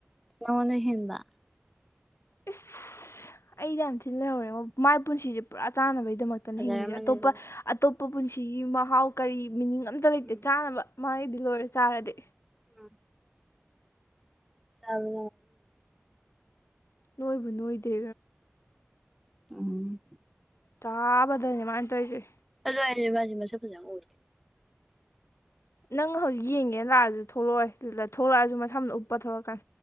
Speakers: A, in the centre; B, on the left.
A: ꯅꯣꯅꯦ ꯍꯕ
B: ꯏꯁꯁ ꯑꯩꯗꯤ ꯌꯥꯝ ꯊꯤꯜ ꯂꯩꯍꯧꯔꯦꯕ ꯃꯥꯏ ꯄꯨꯟꯁꯤꯁꯦ ꯄꯨꯔꯥ ꯆꯥꯟꯅꯕꯩ ꯒꯤ ꯗꯗꯃꯛꯇꯅ
A: ꯐꯖꯔꯝꯃꯅꯤ
B: ꯍꯤꯡꯉꯤꯁꯦ ꯑꯇꯣꯞꯄ
A: ꯑꯗꯨꯗꯤ
B: ꯑꯇꯣꯞꯄ ꯄꯨꯟꯁꯤꯒꯤ ꯃꯍꯥꯎ ꯀꯔꯤ ꯃꯤꯅꯤꯡ ꯑꯝꯇ ꯂꯩꯇꯦ
A: ꯎꯝ
B: ꯆꯥꯅꯕ ꯃꯥꯒꯤꯗꯤ ꯂꯣꯏꯔꯦ
A: ꯎꯝ
B: ꯆꯥꯔꯗꯤ
A: ꯎꯝ ꯆꯥꯕ
B: ꯅꯣꯏꯕꯨ ꯅꯣꯏꯗꯦ
A: ꯎꯝ
B: ꯆꯥꯕꯗꯅꯦꯃꯥꯏꯅ ꯇꯧꯔꯤꯁꯦ
A: ꯑꯖ ꯃ ꯁꯖꯥꯗꯤ
B: ꯅꯪ ꯍꯧꯖꯤꯛ ꯌꯦꯡꯒꯦꯅ ꯂꯥꯛꯑꯁꯨ ꯊꯣꯛꯂꯛꯑꯣꯏ ꯊꯣꯛꯂꯛꯑꯁꯨ ꯃꯁꯥꯝꯅ ꯎꯞꯄ ꯊꯣꯛꯂꯛꯀꯥꯟ